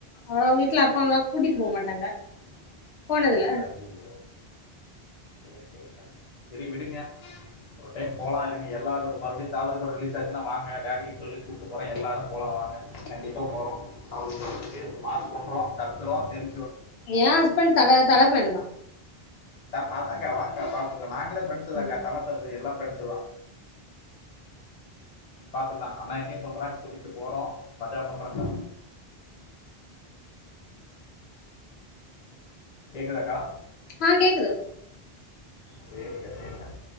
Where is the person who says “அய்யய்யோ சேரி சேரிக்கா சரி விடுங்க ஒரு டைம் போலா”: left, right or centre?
Left